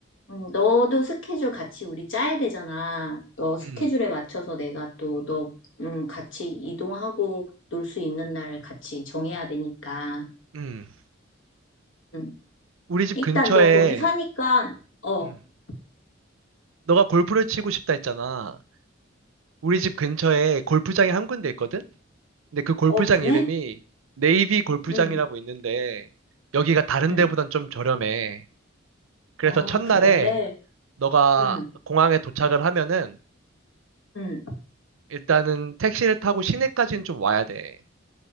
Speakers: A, on the left; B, on the right.
A: 응, 너도 스케줄 같이 우리 짜야 되잖아. 너 스케줄에
B: 음.
A: 맞춰서 내가 또 너, 응, 같이 이동하고 놀 수 있는 날 같이 정해야 되니까.
B: 음.
A: 응.
B: 우리 집
A: 일단
B: 근처에,
A: 너 거기 사니까, 어,
B: 음.
A: 음,
B: 너가 골프를 치고 싶다 했잖아. 우리 집 근처에 골프장이 한 군데 있거든? 근데 그 골프장
A: 어, 그래?
B: 이름이 네이비 골프장이라고
A: 응,
B: 있는데, 여기가 다른
A: 응.
B: 데보단 좀 저렴해. 그래서
A: 아,
B: 첫날에
A: 그래?
B: 너가
A: 응,
B: 공항에 도착을 하면은,
A: 응,
B: 일단은 택시를 타고 시내까지는 좀 와야 돼.